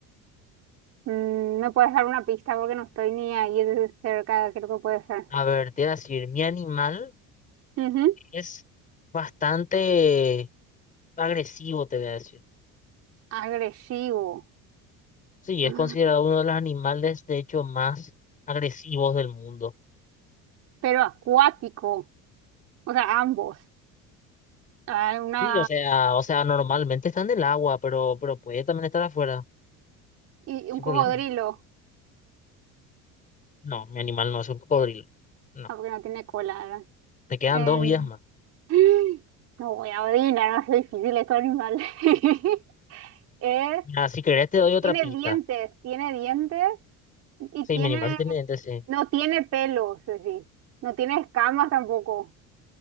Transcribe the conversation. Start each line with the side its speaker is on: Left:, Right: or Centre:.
Right: mm, ¿me puedes dar una pista? Porque no estoy ni ahí de cerca, creo que puede ser.
Left: A ver, te voy a decir, mi animal
Right: Ujú.
Left: es bastante agresivo, te voy a decir.
Right: Agresivo,
Left: Sí,
Right: Ah,
Left: es considerado uno de los animales, de hecho, más agresivos del mundo.
Right: pero acuático, o sea, ambos. Ah, una...
Left: Sí, o sea, o sea, normalmente está en el agua, pero, pero puede también estar afuera,
Right: Y
Left: sin
Right: un cocodrilo,
Left: problema. No, mi animal no es un cocodrilo. No,
Right: ah, porque no tiene cola. ¿verdad?
Left: te quedan
Right: Em,
Left: dos vidas más.
Right: <gasps> no voy a odiar, no es difícil estos animales. <laughs> Es
Left: Mira, si querés te doy otra
Right: Tiene
Left: pista.
Right: dientes, tiene dientes y
Left: Sí,
Right: tiene,
Left: mi animal sí tiene dientes, sí.
Right: no tiene pelos, es decir, no tiene escamas tampoco.